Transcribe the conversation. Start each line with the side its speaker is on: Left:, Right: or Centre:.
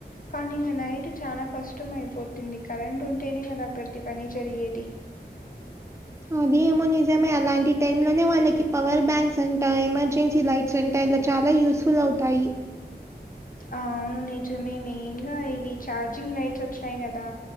Left: కానీ ఇంగా నైట్ చానా కష్టం అయిపోతుంది కరెంట్ ఉంటేనే కదా ప్రతి పని జరిగేది.
Right: అదేమో నిజమే అలాంటి టైమ్ లోనే వాళ్ళకి పవర్ బ్యాంక్స్ అంటా ఎమర్జెన్సీ లై స్ అంటే ఇలా చాలా యూస్ఫుల్ అవుతాయి
Left: ఆ అవును నిజమే మెయిన్ గా ఇవి ఛార్జింగ్ లైట్స్ వచ్చినాయి కదా!